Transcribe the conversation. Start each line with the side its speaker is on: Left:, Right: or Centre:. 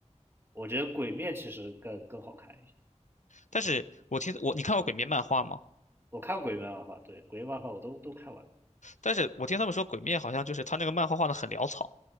Right: 我觉得鬼面其实更更好看一些。
Left: 但是我听我你看过《鬼灭》漫画吗？
Right: 我看过鬼面漫画，对，鬼面漫画我都都看完
Left: 但是我听他们说，《鬼灭》好像就是他那个漫画画的很潦草。